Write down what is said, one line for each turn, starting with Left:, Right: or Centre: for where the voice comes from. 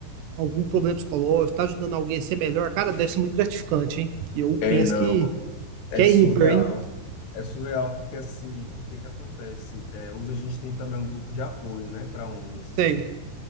Right: algum problema psicológico, tá ajudando alguém a ser melhor, cara, deve ser muito gratificante, hein? Eu
Left: É,
Right: penso
Left: não,
Right: que,
Left: é
Right: que é
Left: surreal.
Right: ímpar, hein?
Left: É surreal porque, assim, o que que acontece? É, hoje a gente tem também um grupo de apoio, né, para homens.
Right: Sei.